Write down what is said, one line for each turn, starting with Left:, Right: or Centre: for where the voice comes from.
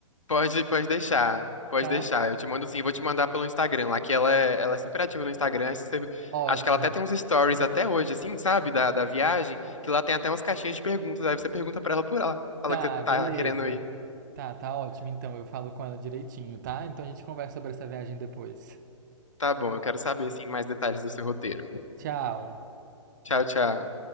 Left: Pode, pode deixar. Pode
Right: tá?
Left: deixar. Eu te mando sim. Eu vou te mandar pelo Instagram lá, que ela é, ela é super ativa no Instagram. aí você-
Right: Ótimo.
Left: acho que ela até tem uns stories até hoje, assim, sabe? Da, da viagem, que lá tem até umas caixinhas de perguntas. Aí você pergunta pra ela por lá. Fala
Right: Tá,
Left: que você
Right: beleza.
Left: tá querendo ir.
Right: Tá, tá ótimo então. Eu falo com ela direitinho, tá? Então a gente conversa sobre essa viagem depois.
Left: Tá bom, eu quero saber, assim, mais detalhes do seu roteiro.
Right: Tchau.
Left: Tchau, tchau.